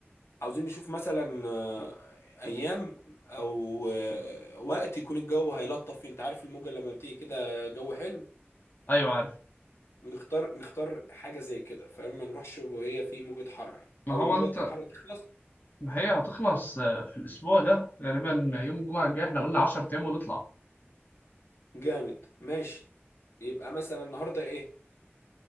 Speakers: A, on the left; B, on the left.
A: عاوزين نشوف مثلا آه، ايام او آه، وقت يكون الجو هيلطف فيه انت عارف الموجة لما بتيجي كده جو حلو
B: ايوه عارف
A: نختار نختار حاجة زي كده فاهم ما نروحش وهي في موجة حر
B: ما
A: او
B: هو
A: الموجة
B: انت
A: الحر تخلص
B: ما هي هتخلص آه، في الاسبوع ده غالبا يوم الجمعة الجاي احنا قلنا 10 ايام ونطلع
A: جامد ماشي يبقى مثلا النهاردة ايه